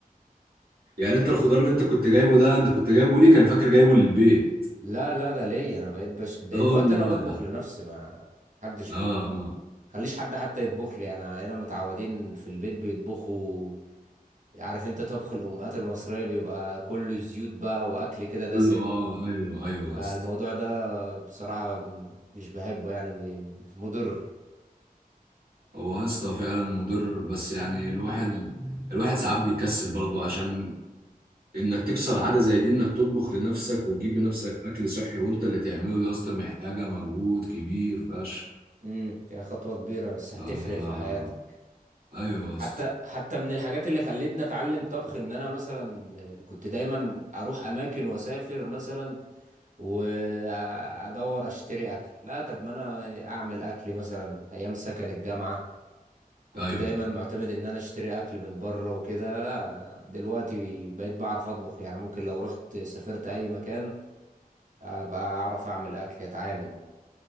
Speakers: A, on the right; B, on the right.
A: يعني انت الخضار اللي انت كنت جايبه ده انت كنت جايبه ليك انا فاكر جايبه للبيت
B: لا لا ده ليا أنا بقيت بش... دلوقتي
A: اه والله
B: أنا بطبخ
A: يا عم
B: لنفسي ما حدش
A: اه
B: بي
A: اه
B: خليش حد حتى يطبخ لي يعني هنا متعودين في البيت بيطبخوا عارف انت طبخ الامهات المصريه بيبقى كله زيوت بقى واكل كده دسم
A: قول له اه ايوه ايوه يا
B: آه،
A: اسطى
B: الموضوع ده بصراحه م- مش بحبه يعني م- مضر
A: هو يا اسطى فعلا مضر بس يعني الواحد الواحد ساعات بيكسل برضه عشان انك تكسر عاده زي دي انك تطبخ لنفسك وتجيب لنفسك اكل صحي وانت اللي تعمله دي يا اسطى محتاجه مجهود كبير فشخ
B: امم يعني خطوه كبيره بس هتفرق
A: آه
B: في حياتك
A: ايوه يا
B: حتى
A: اسطى
B: حتى من الحاجات اللي خلتني اتعلم طبخ ان انا مثلا كنت دايما اروح اماكن واسافر مثلا وادور اشتري اكل لا طب ما انا اعمل اكلي مثلا ايام سكن الجامعه كنت
A: ايوه
B: دايما معتمد ان انا اشتري اكل من بره وكده لا دلوقتي بقيت بعرف اطبخ يعني ممكن لو رحت سافرت اي مكان ابقى اعرف اعمل اكل اتعامل